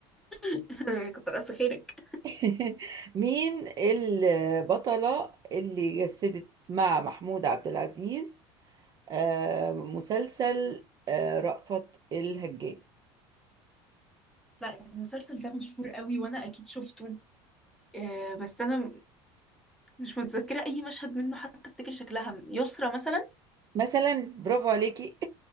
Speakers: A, in the centre; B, on the right.
A: <laughs> كتر الف خيرك
B: <laughs> مين البطلة اللي جسدت مع محمود عبد العزيز آه، مسلسل آه، رأفت الهجان
A: لا المسلسل ده مشهور قوي وانا اكيد شفته آه، بس انا م- مش متذكره اي مشهد منه حتى افتكر شكلها يسرا مثلا
B: مثلا برافو عليكي <laughs>